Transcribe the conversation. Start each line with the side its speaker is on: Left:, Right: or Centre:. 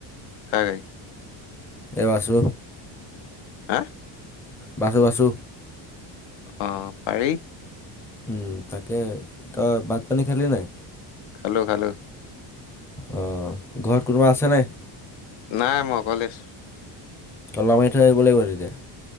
Left: কাৰাই
Centre: এইবাছু
Left: হা
Centre: বাছু, বাসু
Left: অহ, পাৰি।
Centre: উম, তাকে তই বাত পানী খালি নাই।
Left: খালো, খালো।
Centre: অ, ঘৰত কোনোবা আছে নাই।
Left: নাই, মই কলেজ।
Centre: অল মাৰ থৈ আহিব লাগিব এতিয়া।